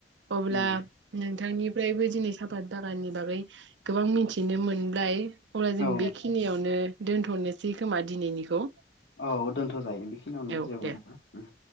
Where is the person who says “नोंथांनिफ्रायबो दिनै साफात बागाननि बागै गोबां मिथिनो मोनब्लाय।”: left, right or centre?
Right